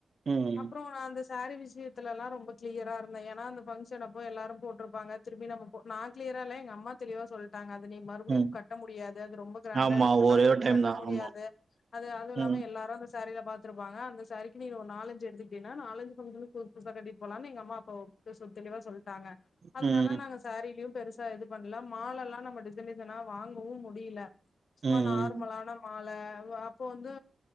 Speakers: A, on the right (about 45°); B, on the left (about 70°).
A: ம்
B: அப்புறோ நா அந்த சாரீ விஷியத்துல எல்லா ரொம்ப கிளியரா இருந்தே ஏனா அந்த ஃபங்ஷனப்போ எல்லாரு போட்டுருப்பாங்க திரும்பி நம்ப போ நா கிளியரா இல்ல எங்க அம்மா தெளிவா சொல்ட்டாங்க அது அத நீ மறுபடியும்
A: ம்
B: கட்ட முடியாது அது ரொம்ப கிராண்டா
A: ஆமா
B: எடுத்துட்டனா
A: ஒரே
B: அது இவ
A: ஒரு டைம்
B: கட்ட
A: தா
B: முடியாது
A: ஆமா
B: அது அது இல்லாம
A: ம்
B: எல்லாரு அந்த சாரீல பாத்துருப் துருவாங்க அந்த சாரீக்கு நீனு ஒரு நாலஞ்சு எடுத்துக்கிட்டீனா நாலஞ்சு ஃபங்ஷனுக் புது புதுசா கட்டிட் போலானு எங்க அம்மா அப்பா ஒ <unintelligible> தெளிவா சொல் டாங்க அதுனால
A: ம்,
B: நாங்க சாரீலியு பெருசா எது பண்ல மாலெல்லா நம்ப டிஸைன் டிஸைனா வாங்கவு முடியில சும்மா
A: ம்,
B: நார்மலான மால ல வ அப்ப வந்து